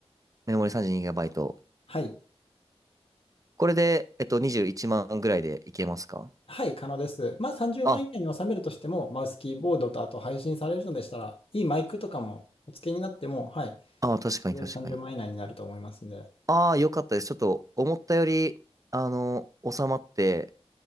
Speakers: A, on the right (about 30°); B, on the left (about 55°).
A: メモリ 32GB。
B: はい。
A: これで、えっと、21万ぐらいでいけますか
B: はい、可能です。まあ、30万円以内に収めるとしても、
A: あ、
B: マウスキーボードとあと配信されるのでしたら、いいマイクとかもお付けになっても、はい、
A: あー、確かに確かに。
B: 30万円以内になると思いますんで。
A: ああ、よかったです。ちょっと、思ったより、あの、収まって、